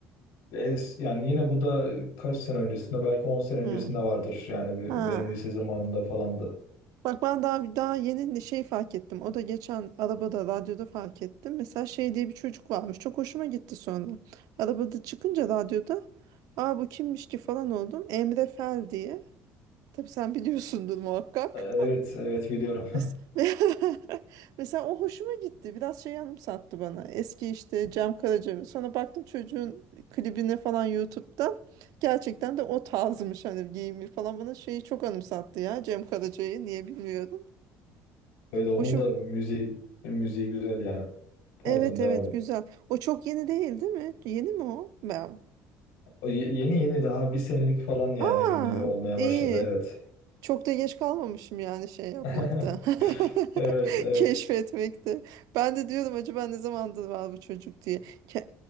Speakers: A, on the left; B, on the right.
A: Es, yani yine bu da kaç sene öncesinde belki on sene öncesinde
B: Hı.
A: vardır. Yani
B: Ha.
A: benim lise zamanımda falandı.
B: Bak ben daha daha yeni şey fark ettim. O da geçen arabada radyoda fark ettim. Mesela şey diye bir çocuk varmış. Çok hoşuma gitti sonra. Arabada çıkınca radyoda Aa bu kimmiş ki falan oldum. Emre Fel diye. Tabii sen biliyorsundur muhakkak.
A: E, Evet, evet biliyorum.
B: <laughs> Mes- <laughs> Mesela o hoşuma gitti. Biraz şey anımsattı bana. Eski işte
A: <laughs>
B: Cem Karaca. Sonra baktım çocuğun klibine falan YouTube'da. Gerçekten de o tarzmış hani giyimi falan bana şeyi çok anımsattı ya Cem Karaca'yı niye bilmiyorum.
A: Evet onun
B: Hoşum
A: da müziği müziği güzel yani. Pardon
B: Evet
A: devam
B: evet
A: edin.
B: güzel. O çok yeni değil, değil mi? Yeni mi o? Ben.
A: O ye- yeni yeni daha bir senelik falan yani
B: Aa
A: ünlü olmaya
B: iyi.
A: başladı evet.
B: Çok da geç kalmamışım yani şey yapmakta.
A: <laughs>
B: <laughs>
A: Evet evet.
B: Keşfetmekte. Ben de diyordum acaba ne zamandır var bu çocuk diye. Ke-